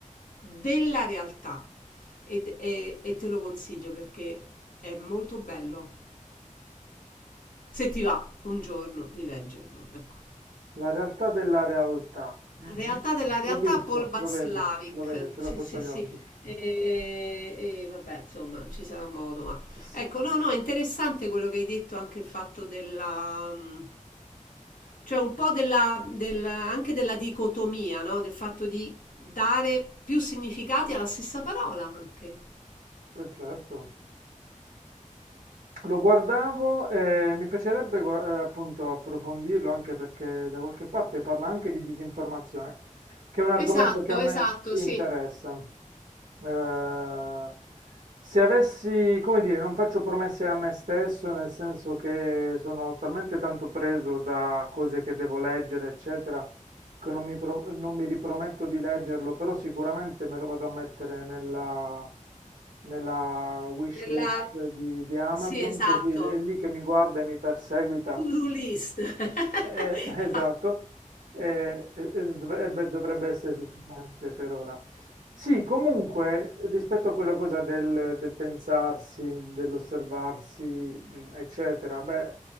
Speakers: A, on the left (about 80°); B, on the right (about 70°).
A: della realtà Ed- e, e te lo consiglio perché è molto bello. Se ti va un giorno di leggerlo, ecco.
B: la realtà della realtà. Mh-mh.
A: Realtà della realtà
B: L'ho visto,
A: Paul Václavic.
B: lo vedo, lo vedo, ce
A: Sì,
B: l'ho sotto
A: sì,
B: gli
A: sì.
B: occhi.
A: E, e vabbè, insomma, ci sarà modo, ma
B: S
A: ecco, no, no, è interessante quello che hai detto anche il fatto della mm, cioè un po' della, del- anche della dicotomia, no? Del fatto di dare più significati alla stessa parola anche.
B: per certo. Lo guardavo e mi piacerebbe gua- eh, appunto approfondirlo anche perché da qualche parte parla anche di disinformazione, che è un argomento
A: Esatto,
B: che a me
A: esatto,
B: interessa.
A: sì.
B: Eh, se avessi, come dire, non faccio promesse a me stesso, nel senso che sono talmente tanto preso da cose che devo leggere, eccetera, che non mi, pro- non mi riprometto di leggerlo, però sicuramente me lo vado a mettere nella, nella wish
A: Nella...
B: list di, di Amazon,
A: Sì, esatto.
B: così è lì che mi guarda e mi perseguita
A: To-do list. <laughs>
B: eh, <laughs> esatto, Eh, eh, eh, dovrebbe, dovrebbe essere sufficiente per ora. Sì, comunque, rispetto a quella cosa del, del pensarsi, dell'osservarsi, mh, eccetera, beh, eh,